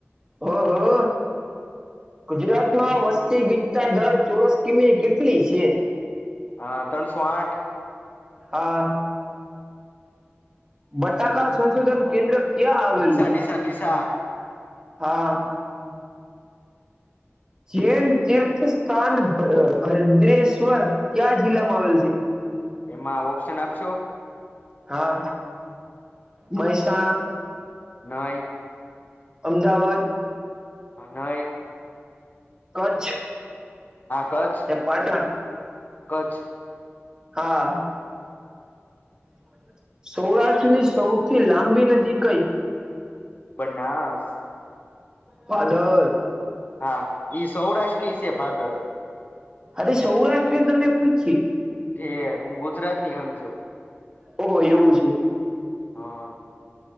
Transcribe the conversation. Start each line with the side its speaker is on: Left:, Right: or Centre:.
Right: ઓહો! ગુજરાતમાં વસ્તી ગીતતા દર ચોરસ કિમી કેટલી છે?
Left: આ તનસો આઠ?
Right: હા બટાકા સંશોધન કેન્દ્ર ક્યાં આવેલું
Left: ડીસા
Right: છે?
Left: ડીસા ડીસા
Right: હા જેૈન તીર્થસ્થાન ભ ભદ્રેશ્વર ક્યાં જિલ્લામાં આવેલ છે?
Left: એમાં ઓપ્શન આપશો?
Right: હા મહેસાણા?
Left: નહીં.
Right: અમદાવાદ?
Left: આ નઈ.
Right: કચ્છ
Left: કચ્છ
Right: કે પાટણ?
Left: કચ્છ
Right: હા <inaudible> સૌરાષ્ટ્રની સૌથી લાંબી નદી કઈ?
Left: બનાસ.
Right: ભાદલ
Left: હા ઈ સૌરાષ્ટ્રની છે ભાદર.
Right: આજે સૌરાષ્ટ્રની તમને પૂછી.
Left: ઠીક હું ગુજરાતની હમજ્યો.
Right: ઓહો એવું છે.
Left: હહ